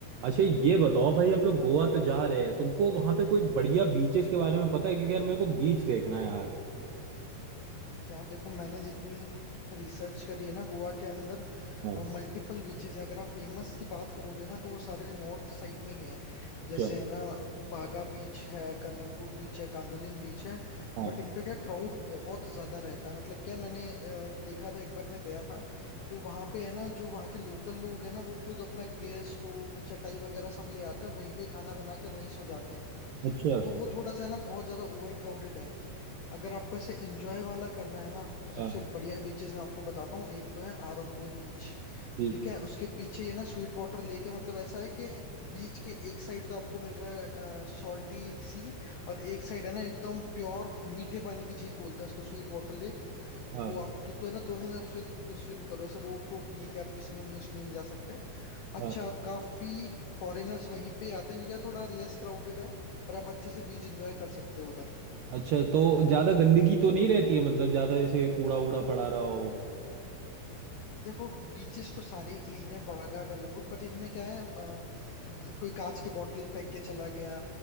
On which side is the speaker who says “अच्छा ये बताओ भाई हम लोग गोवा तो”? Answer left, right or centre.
Right